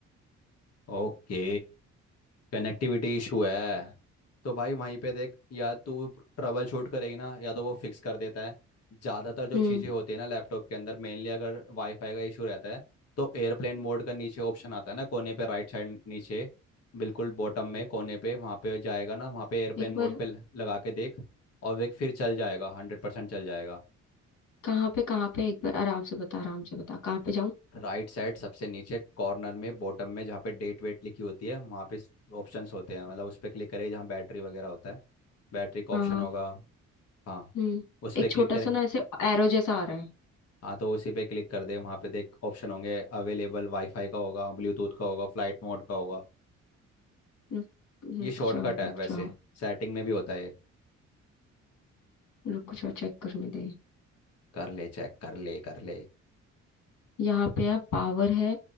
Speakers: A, on the left (about 55°); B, on the left (about 80°).
A: ओके कनेक्टिविटी इशू है तो भाई वहीं पे देख या तू ट्रबल शूट करेगी ना या तो वो फिक्स कर देता है ज़्यादातर जो
B: हम्म
A: चीज़ें होती है ना लैपटॉप के अंदर मेनली अगर वाईफाई का इशू रहता है तो एयरप्लेन मोड का नीचे ऑप्शन आता है ना कोने पे राइट साइड नीचे बिल्कुल बॉटम में कोने पे वहाँ पे जाएगा ना वहाँ पे एयरप्लेन
B: एक
A: मोड
B: बार
A: पे ल- लगा के देख और वे फिर चल जाएगा हंड्रेड परसेंट चल जाएगा
B: कहाँ पे कहाँ पे एक बार आराम से बता आराम से बता कहाँ पे जाऊँ
A: राइट साइड सबसे नीचे कॉर्नर में बॉटम में जहाँ पे डेट वेट लिखी होती है वहाँ पे ऑप्शंस होते हैं मतलब उस पर क्लिक करें जहाँ बैटरी वगैरह होता है बैटरी का
B: हाँ
A: ऑप्शन होगा हाँ
B: हम्म
A: उस पर
B: एक
A: क्लिक
B: छोटा
A: करें
B: सा ना ऐसे एरो जैसा आ रहा है
A: हाँ तो उसी पे क्लिक कर दे वहाँ पे देख ऑप्शन होंगे अवेलेबल वाईफाई का होगा ब्लूटूथ का होगा फ्लाइट मोड का होगा
B: रुक
A: ये
B: रुक
A: शॉर्टकट
B: जाओ
A: है
B: रुक
A: वैसे
B: जाओ
A: सेटिंग में भी होता है ये
B: रुको थोड़ा चेक करने दे
A: कर ले चेक कर ले कर ले
B: यहाँ पे है पावर है